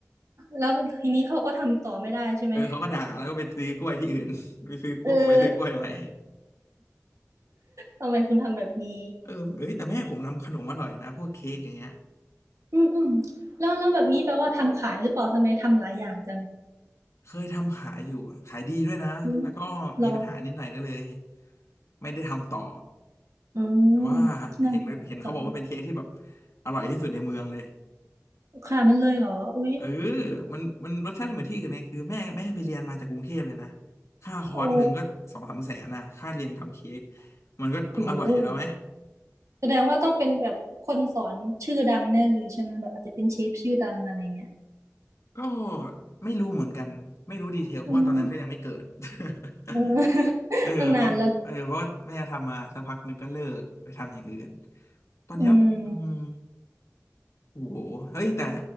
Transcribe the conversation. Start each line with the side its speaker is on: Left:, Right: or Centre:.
Right: แล้วทีนี้เขาก็ทำต่อไม่ได้ใช่ไหม
Left: เออเขาก็ด่าแล้วก็ไปซื้อกล้วยที่อื่น <laughs> ไปซื้อกล้วยออกไปซื้อกล้วยใหม่
Right: เออทำไมคุณทำแบบนี้
Left: เออเอ้ยแต่แม่ผมทำขนมอร่อยนะพวกเค้กอย่างเงี้ย
Right: อืมอืมแล้วแล้วแบบนี้แปลว่าทำขายหรือเปล่าทำไมทำหลายอย่างจัง
Left: เคยทำขายอยู่ขายดีด้วยนะ
Right: อืม
Left: แล้วก็มีปัญหานิดหน่อยก็เลย
Right: เรา
Left: ไม่ได้ทำต่อ
Right: อืม
Left: แต่ว่า
Right: น่าเสียดายจัง
Left: เห็นเห็นเขาบอกว่าเป็นเค้กที่แบบอร่อยที่สุดในเมืองเลย
Right: ขนาดนั้นเลยเหรออุ๊ย
Left: เออมันมันรสชาติไม่เหมือนที่อื่นไงคือแม่แม่ไปเรียนมาจากกรุงเทพเลยนะ ค่าคอร์สหนึ่งก็สองสามแสนนะค่าเรียนทำเค้ก
Right: โอ้
Left: มันก็ต้องอร่อยอยู่แล้วไหม
Right: โหแสดงว่าต้องเป็นแบบคนสอนชื่อดังแน่เลยใช่ไหมแบบอาจจะเป็นเชฟชื่อดังอะไรเงี้ย
Left: ก็ไม่รู้เหมือนกัน ไม่รู้ดีเทลเพราะว่าตอนนั้นก็ยังไม่เกิด
Right: อืม
Left: <laughs>
Right: เออ <laughs>
Left: เออเพราะเออเพราะว่าแม่ทำมาสักพักหนึ่งก็เลิกไปทำอย่างอื่น
Right: ตั้งนานแล้ว
Left: ตอนเนี้ยอืม
Right: อืม
Left: โอ้โหเฮ้ยแต่